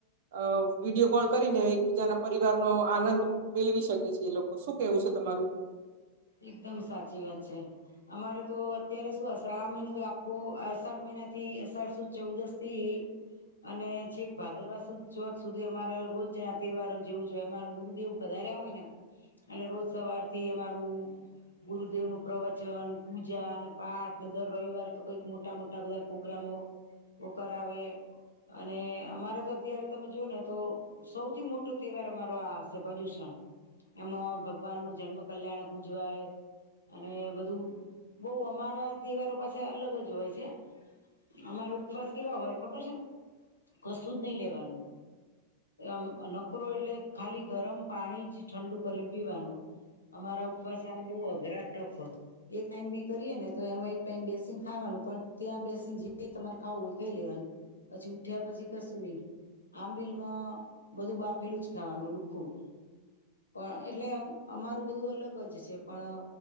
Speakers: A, on the right (about 55°); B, on the left (about 80°).
A: અ વિડીયો કોલ કરીને એકબીજા ના પરિવાર નો આનંદ મેળવી શકે એ લોકો શું કેવું છે તમારું
B: એકદમ સાચી વાત છે અમારે તો અત્યારે શું આ શ્રાવણ મહિનું જો આખો અસાઢ મહિનાથી અસાઠ સુદ ચૌદશ થી અને છેક ભાદરવા સુદ ચોથ સુધી અમારે રોજ તહેવારો જેવું જોઈએ અમારે ગુરુદેવ વધારે હોય ને એટલે રોજ સવારથી અમારું ગુરુદેવ નું પ્રવચન પૂજા અને પાઠને દર રવિવારે તો કઈક મોટા મોટા બધા પ્રોગ્રામો ઓ કરાવે અને અમારે તો અત્યારે તમે જોવ ને તો સૌથી મોટો તહેવાર અમારો આ આવશે ભજુષણ એમાં ભગવાન નું જન્મ કલ્યાણ ઉજવાઈ અને બધું બઉ અમારા તહેવારો પાછા અલગ જ હોય છે અમારે ઉપવાસ કેવા હોય ખબર છે કશું જ નઈ લેવાનું મ નકરો એટલે ખાલી ગરમ પાણી જ ઠંડુ કરીને પીવાનું અમારા ઉપવાસ આમ બુ અઘરા ટફ એક ટાઈમ બી કરીએ ને તો એમાં એક ટાઈમ બેસીને ખાવાનું પણ ત્યાં બેસીને જે તમારે ખાવું હો એ ખઈ લેવાનું પછી ઉઠ્યા પછી કશું નહી આંબિલમાં બધું બાફેલું જ ખાવાનું લુખું પણ એટલે અમારું બધું અલગ જ છે પણ